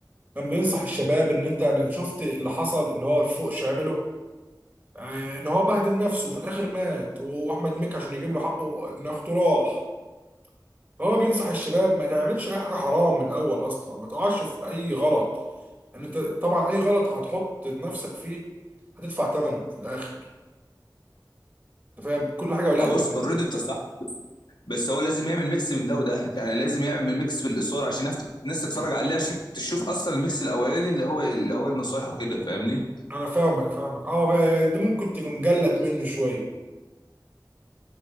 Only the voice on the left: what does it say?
اه
بص اوريدي انت صح بس هو لازم يعمل ميكس من ده وده يعني لازم يعمل ميكس بالاثاره عشان نعرف- الناس تتفرج عليه عشان تشوف اصلا الميكس الاولاني اللي هو اللي هو النصايح وكده فاهمني